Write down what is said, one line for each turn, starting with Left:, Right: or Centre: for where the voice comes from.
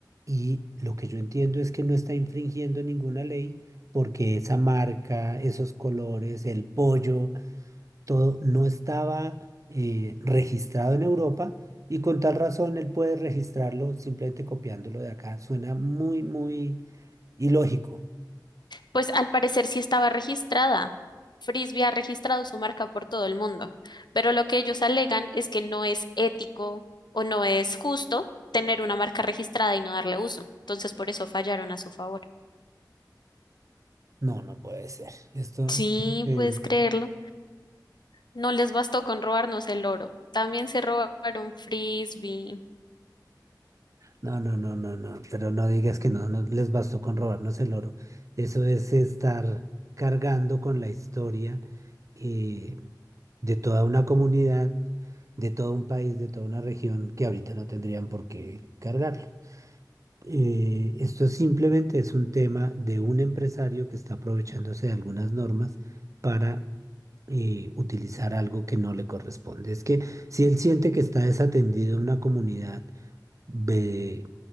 Right: y lo que yo entiendo es que no está infringiendo ninguna ley porque esa marca, esos colores, el pollo, todo no estaba eh, registrado en Europa y con tal razón él puede registrarlo simplemente copiándolo de acá. Suena muy, muy ilógico.
Left: Pues al parecer sí estaba registrada. Frisbee ha registrado su marca por todo el mundo, pero lo que ellos alegan es que no es ético o no es justo tener una marca registrada y no darle uso. Entonces por eso fallaron a su favor.
Right: No, no puede ser. Esto
Left: Sí,
Right: es increíble.
Left: puedes creerlo. No les bastó con robarnos el oro. También se robaron Frisbee.
Right: No, no, no, no, no, pero no digas que no, no les bastó con robarnos el oro. Eso es estar cargando con la historia eh, de toda una comunidad, de todo un país, de toda una región que ahorita no tendrían por qué cargarlo. Eh, esto simplemente es un tema de un empresario que está aprovechándose de algunas normas para eh, utilizar algo que no le corresponde. Es que si él siente que está desatendido en una comunidad, ve,